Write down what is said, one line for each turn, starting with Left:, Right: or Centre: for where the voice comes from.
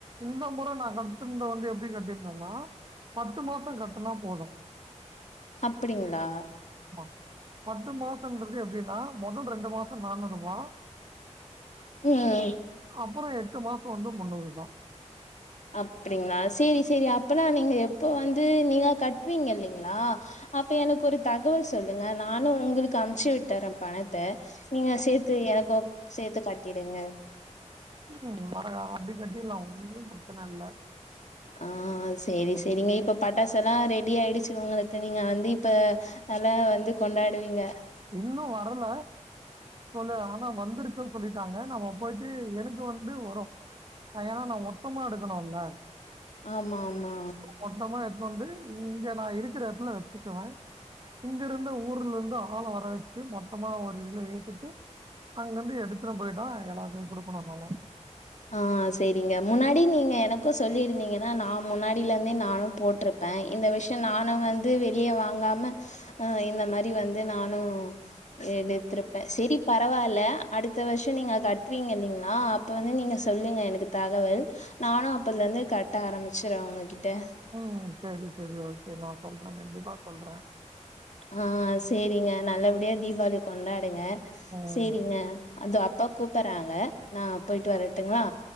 Right: இந்த முற நா கட்டுனது வந்து எப்படி கட்டி என்னமா பத்து மாசம் கட்டுனா போது
Left: அப்டிங்களா
Right: ஆமா பத்து மாசம்ன்றது எப்படின்னா மொதல் ரெண்டு மாசம் நானுறுபா
Left: ம்
Right: அப்புறோ எட்டு மாசம் வந்து முன்னூறு தா
Left: அப்படிங்களா செரி செரி அப்பனா நீங்க எப்போ வந்து நீங்களா கட்டுவீங்க இல்லைங்களா அப்ப எனக்கு ஒரு தகவல் சொல்லுங்க நானு உங்களுக்கு அனுப்ச்சு விட்டுற பணத்த நீங்க சேத்து எனக்கும் சேத்து கட்டிடுங்க
Right: உம் மறக்காம அப்படி கட்டிடலா ஒன்னும் பிரச்சன இல்ல
Left: ஆ செரி செரிங்க இப்ப பட்டாசு எல்லா ரெடி ஆயிடுச்சு உங்களுக்கு நீங்க வந்து இப்ப நல்லா வந்து கொண்டாடுவீங்க
Right: இன்னும் வரல சொல்ல ஆனா வந்துருக்குன் சொல்லிட்டாங்க நம்ம போயிட்டு எனக்கு வந்து வரு நா ஏன்னா மொத்தமா எடுக்கணும்ல
Left: ஆமா ஆமா
Right: மொத்தமா எடுத்துண் வந்து இங்க நா இருக்குற எடத்துல வச்சுக்குவே இங்க இருந்த ஊர்ல இருந்தும் ஆள வர வச்சு மொத்தமா ஒரு இத ஏத்திட்டு அங்குருந்து எடுத்துட்டு போயிட்டோ எல்லாருக்கு குடுக்கணும் தான
Left: ஆ செரிங்க முன்னாடி நீங்க எனக்கும் சொல்லியிருந்தீங்கன்னா நா முன்னாடில இருந்தே நானு போட்ருப்ப இந்த விஷயம் நானும் வந்து வெளிய வாங்காம அ இந்த மாரி வந்து நானு எடுத்திருப்பே செரி பரவாயில்ல அடுத்த வருஷம் நீங்க கட்டுவீங்க இல்லைங்களா அப்ப வந்து நீங்க சொல்லுங்க எனக்கு தகவல் நானு அப்பத்ல இருந்து கட்ட ஆரம்பிச்சிர்றே ஒங்ககிட்ட
Right: ம் செரி செரி ஓகே நா சொல்றே கண்டிப்பா சொல்றே
Left: ஆ சேரிங்க நல்லபடியா தீபாவளி கொண்டாடுங்க
Right: ம்.
Left: சேரிங்க அதோ அப்பா கூப்டறாங்க நா போயிட்டு வரட்டுங்களா